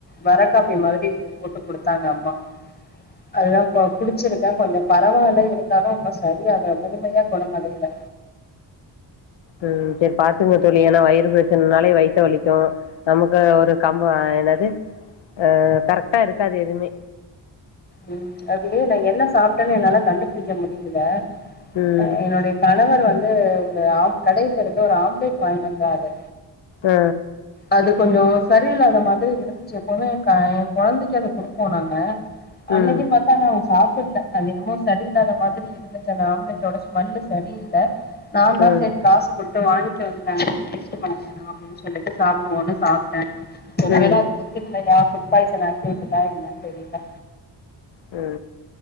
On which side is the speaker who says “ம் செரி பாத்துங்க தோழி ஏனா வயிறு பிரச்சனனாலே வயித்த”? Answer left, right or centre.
Left